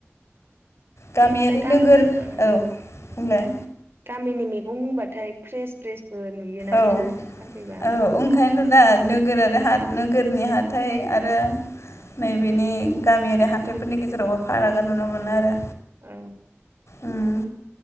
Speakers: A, on the left (about 75°); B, on the right (about 55°).
A: गामियारि
B: दा गाम
A: नोगोर
B: उम
A: औ बुंलाय
B: गामिनि मेगं होनबा थाय फ्रेस फ्रेस बो नुयोना
A: औ
B: टाउनफ्राव फानफैबा।
A: औ ओंखायनोथ' दा नोगोर आरो हा नोगोरनि हाथाय आरो नैबेनि गामियारि हाथाइफोरनि गेजेरावबो फारागा नुनो मोनो आरो।
B: औ।
A: उम